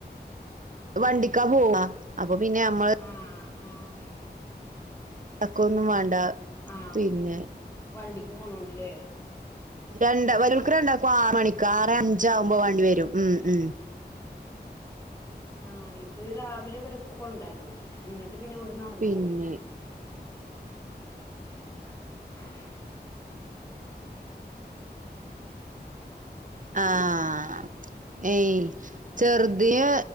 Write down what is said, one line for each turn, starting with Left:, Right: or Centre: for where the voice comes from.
Right: വണ്ടിക്കാ പോവ അപ്പൊ പിന്നെ നമ്മള്
Left: ആഹ് ആഹ്
Right: അക്ക് ഒന്നും വേണ്ട
Left: ആഹ്
Right: പിന്നെ
Left: വണ്ടിക്ക് പോണോണ്ടല്ലേ
Right: രണ്ട വല്യവരിക്കു രണ്ടാക്കും ആറ് മണിക്ക് ആറെ അഞ്ചാകുമ്പോ വേണ്ടി വരും ഉ ഉം
Left: ആഹ് ഇത് രാവിലെ ഇവരെപ്പൊ കൊണ്ടാക്കും ഇങ്ങിട്ട് പിന്നെ ഒരു നടന്നു
Right: പിന്നെ
Left: പോരും <inaudible>
Right: ആഹ് ചെറുതിന്